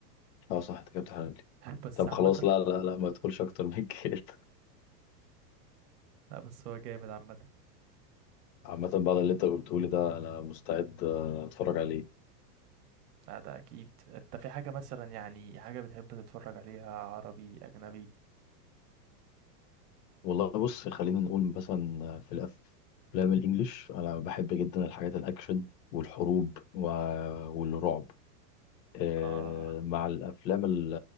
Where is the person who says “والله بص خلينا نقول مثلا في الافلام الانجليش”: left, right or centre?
Left